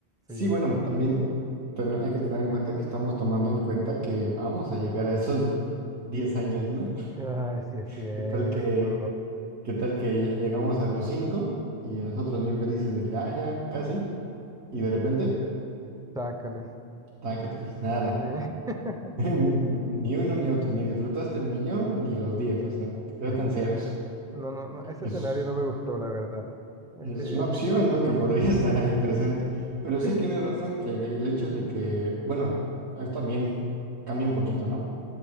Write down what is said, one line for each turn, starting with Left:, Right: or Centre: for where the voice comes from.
Centre: Sí.
Right: Sí, bueno, también ten- hay que tener en cuenta que estamos tomando en cuenta que vamos a llegar a esos 10 años, ¿no? <laughs>
Centre: Ay, sí es cierto.
Right: ¿Qué tal que, qué tal que llegamos a los 5 y nosotros bien felices de que, ah, ya, casi, y de repente,
Centre: Chácales.
Right: tácatelas, nada.
Centre: Sí. <laughs>
Right: <laughs> Ni uno ni otro, ni disfrutaste el millón ni los diez o sea, te quedaste
Centre: Qué triste.
Right: en ceros.
Centre: No, no, no, ese
Right: Eso
Centre: escenario no me gustó, la verdad. Ese,
Right: Es una
Centre: ese
Right: opción,
Centre: que...
Right: ¿no? Que podría <laughs> estar ahí presente. Pero sí
Centre: <laughs>
Right: tienes razón que el hecho de que, bueno, ahí también cambia un poquito, ¿no?